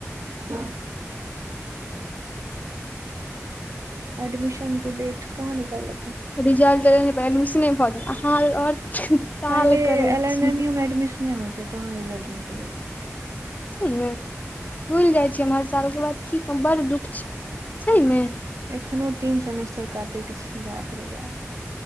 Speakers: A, on the right; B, on the left.
A: <inaudible> एडमिशन के डेट कहाँ निकालकै
B: <inaudible>
A: पहिले
B: करै
A: एल एन
B: छी
A: एम यू मे एडमिशन होय छैय तहन रिजल्ट निकले छैय
B: सही मे भुलि जाइ छिय हम हर साल के बाद की कहु बड दुःख छैय सही मे
A: एखनो तीन सेमेस्टर काटैके छैय बाप रे बाप